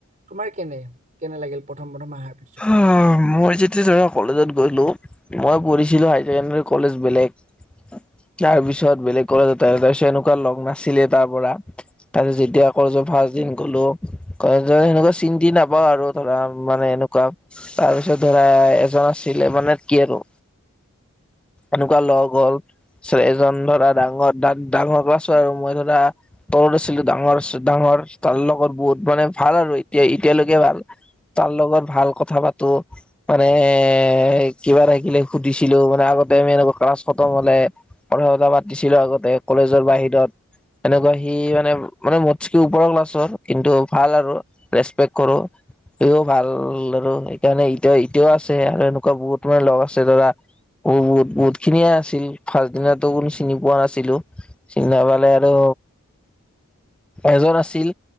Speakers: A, on the right; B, in the centre.
A: তোমাৰ কেনে কেনে লাগিল প্ৰথম প্ৰথম আহাৰ
B: আহ‌ মোৰ যেত আজি ধৰা কলেজত গ'লো, মই পঢ়িছিলো হাই চেকেণ্ডাৰী কলেজ বেলেগ তাৰ পিছত বেলেগ কলেজ তাৰ পিছত এনেকুৱা লগ নাছিলে তাৰ পৰা তাৰ পিছত যেতিয়া কলেজৰ ফাৰ্ষ্ট দিন গ'লো কলেজৰ সেনেকুৱা চিনি টিনি নাপাওঁ আৰু ধৰা মানে এনে তাৰ পিছত ধৰা এজন আছিলে মানে কি আৰু এনেকুৱা লগ হ'ল তাৰপিছত এজন ধৰা ডাঙৰ-ডাঙৰ ক্লাছৰ আৰু মই ধৰা তলত আছিলোঁ ডাঙৰ-ডাঙৰ তাৰ লগত বহুত মানে ভাল আৰু এতিয়া এতিয়ালৈকে ভাল তাৰ লগত ভাল কথা পাতোঁ। মানে এই কিবা থাকিলে সুধিছিলোঁ মানে আগতে আমি এনেকুৱা ক্লাছ খতম হ'লে কথা চথা পাতিছিলোঁ আগতে কলেজৰ বাহিৰত। এনেকুৱা সি মানে-মানে মদছেকি ওপৰৰ ক্লাছৰ কিন্তু ভাল আৰু ৰেচপেক্ট কৰোঁ সিও ভাল। ভাল আৰু সেইকাৰণে এতিয়া এতিয়াও আছে আৰু এনেকুৱা বহুত মানে লগ আছে ধৰা অ' বহুত-বহুত খিনিয়ে আছিল ফাৰ্ষ্ট দিনাটো কোনো চিনি পোৱা নাছিলোঁ। <unintelligible> আৰু এজন আছিল।